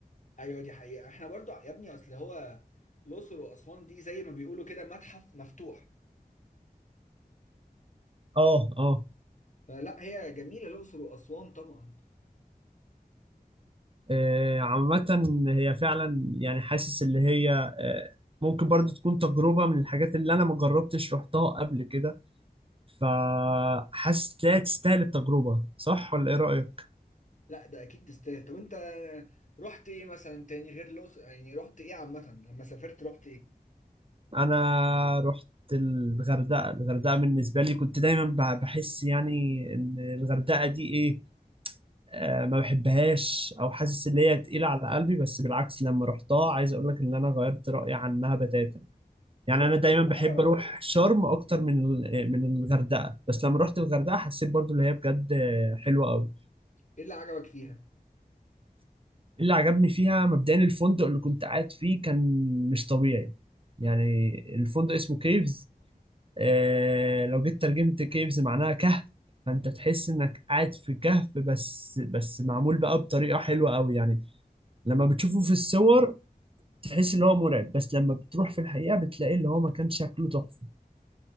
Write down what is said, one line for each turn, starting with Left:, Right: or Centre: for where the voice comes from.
Left: ايوه دي حقيقة احنا برضو يا ابني اصل هو الاقصر واسوان دي زي ما بيقولوا كده متحف مفتوح
Right: اه اه
Left: فلا هي جميلة الاقصر واسوان طبعا
Right: آه، عامه هي فعلا يعني حاسس اللي هي آه، ممكن برضو تكون تجربه من الحاجات اللي انا ما جربتش رحتها قبل كده فحاسس لا تستاهل التجربه صح ولا ايه رايك
Left: لا ده اكيد تستاهل طب انت رحت ايه مثلا تاني غير الاقصر يعني رحت ايه عامه لما سافرت رحت ايه
Right: انا رحت الغردقه الغردقه بالنسبه لي كنت دايما ب- بحس يعني ان الغردقه دي ايه آه ما بحبهاش او حاسس ان هي تقيله على قلبي بس بالعكس لما رحتها عايز اقول لك ان انا غيرت رايي عنها بتاتا يعني
Left: طب انت
Right: انا دايما
Left: ايه اللي
Right: بحب
Left: عجبك
Right: اروح شرم اكتر من ال- من الغردقه بس لما رحت الغردقه حسيت برضو ان هي بجد آه، حلوه قوي
Left: ايه اللي عجبك فيها
Right: اللي عجبني فيها مبدئيا الفندق اللي كنت قاعد فيه كان مش طبيعي يعني الفندق اسمه كيفز آه، لو جيت ترجمت كيفز معناها كهف فانت تحس انك قاعد في كهف بس بس معمول بقى بطريقة حلوة قوي يعني لما بتشوفه في الصور تحس ان هو مرعب بس لما بتروح في الحقيقة بتلاقي اللي هو مكان شكله تحفة